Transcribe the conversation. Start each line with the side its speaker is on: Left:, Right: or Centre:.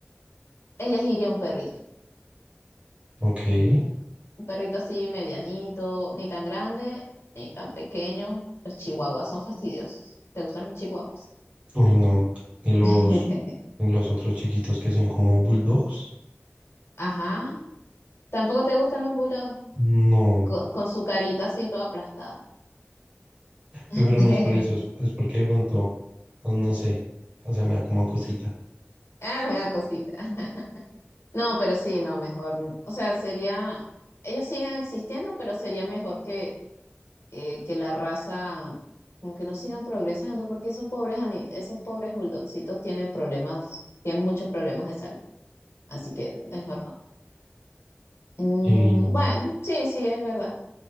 Left: elegiría un perrito. sí.
Right: Ok.
Left: Un perrito así medianito, ni tan grande, ni tan pequeño. Los chihuahuas son fastidiosos. ¿Te gustan los chihuahuas?
Right: Uy, no. Y los,
Left: <laughs>
Right: y los otros chiquitos que son como bulldogs.
Left: Ajá. ¿Tampoco te gustan los bulldogs?
Right: No.
Left: Con, con su carita así toda aplastada. <laughs>
Right: Pero no es por eso, es, es porque de pronto, pues, no sé. O sea, me da como cosita.
Left: Ah, me da cosita. <laughs> No, pero sí, no, mejor. O sea, sería, ellos siguen existiendo, pero sería mejor que, que, que la raza, como que no sigan progresando, porque esos pobres, ani- esos pobres bulldogcitos tienen problemas, tienen muchos problemas de salud. Así que mejor Mm,
Right: Y no.
Left: bueno, sí, sí, es verdad.